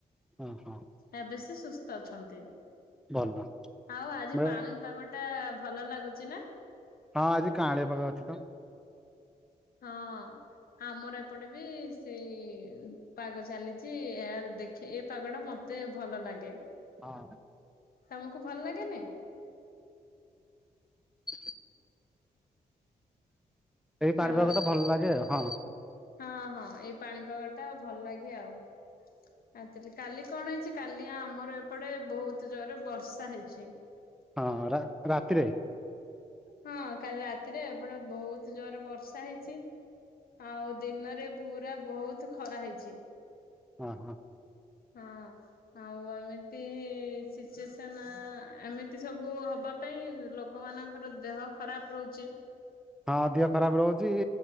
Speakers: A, in the centre; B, on the left (about 70°).
A: ହଁ ହଁ।
B: ଏବେ ସେ ସୁସ୍ଥ ଅଛନ୍ତି।
A: ଭଲ
B: ଆଉ ଆଜି
A: ମେ
B: ପାଣି ପାଗଟା ଭଲ ଲାଗୁଛି ନାଁ।
A: ହଁ ଆଜି କାହାଳିଆ ପାଗ ଅଛି ତ।
B: ହଁ ଆମର ଏପଟେ ବି ସେଇ ପାଗ ଚାଲି ଏଁ ଆରେ ଦେଖେ ଏଇ ପାଗ ଟା ମୋତେ ଭଲ ଲାଗେ।
A: ହଁ।
B: ତମକୁ ଭଲ ଲାଗେନି?
A: ହ। ଏଇ ପାଣିପାଗ
B: ହାଲୋ
A: ଟା ଭଲ ଲାଗେ ଆଉ ହଁ।
B: ହଁ ହଁ। ଏଇ ପାଣିପାଗ ଟା ଭଲ ଲାଗେ ଆଉ। ଆକଚ୍ୟୁଲି କାଲି କଣ ହେଇଛି? କାଲି ଆମର ଏପଟେ ବହୁତ ଜୋରରେ ବର୍ଷା ହେଇଛି।
A: ହଁଅଁ ରା ରାତିରେ।
B: ହଁ କାଲି ରାତିରେ ଏପଟେ ବହୁତ ଜୋରରେ ବର୍ଷା ହେଇଛି। ଆଉ ଦିନରେ ପୁରା ବହୁତ ଖରା ହେଇଛି।
A: ହଁ ହଁ।
B: ହଁ। ଆଉ ଏମିତି ସେଚ୍ୟୁସନ ଏମିତି ସବୁ ହବା ପାଇଁ ଲୋକମାନଙ୍କ ତାଙ୍କର ଦେହ ଖରାପ ରହୁଛି।
A: ହଁ ଦେହ ଖରାପ ରହୁଛି।